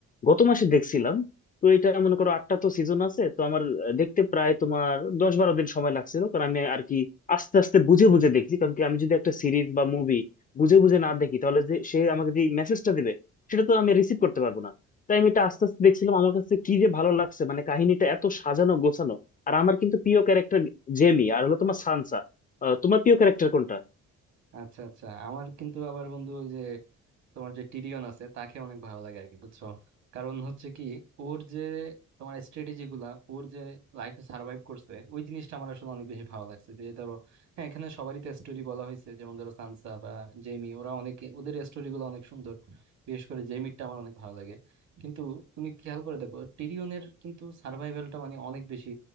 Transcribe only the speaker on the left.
গত মাসে দেখছিলাম তো এটা মনে করো আটটা তো সিজন আছে তো আমার দেখতে প্রায় তোমার দশ বারো দিন সময় লাগছিল কারণ আমি আর কি আস্তে আস্তে বুঝে বুঝে দেখছি কারণ কি আমি যদি একটা সিরিজ বা মুভি বুঝে বুঝে না দেখি তাহলে যে সে আমাকে যে মেসেজটা দেবে সেটা তো আমি রিসিভ করতে পারবো না তাই আমি এটা আস্তে আস্তে দেখছিলাম আমার কাছে কি যে ভালো লাগছে মানে কাহিনীটা এত সাজানো গোছানো আর আমার কিন্তু প্রিয় ক্যারেক্টার জেমি আর হলো তোমার সানসা আহ, তোমার প্রিয় ক্যারেক্টার কোনটা